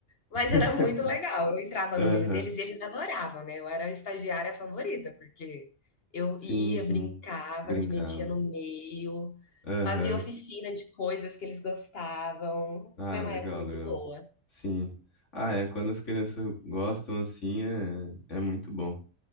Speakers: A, on the left (about 55°); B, on the left (about 85°).
A: Mas
B: <laughs>
A: era muito legal, eu entrava
B: Aham.
A: no meio deles e eles adoravam, né, eu era a estagiária favorita, porque eu
B: Sim,
A: ia,
B: sim.
A: brincava,
B: Brincava.
A: me metia no meio,
B: Aham.
A: fazia oficina de coisas que eles gostavam,
B: Ah,
A: foi uma
B: legal,
A: época muito
B: legal.
A: boa.
B: Sim. Ah, é, quando as crianças gostam assim, é, é muito bom.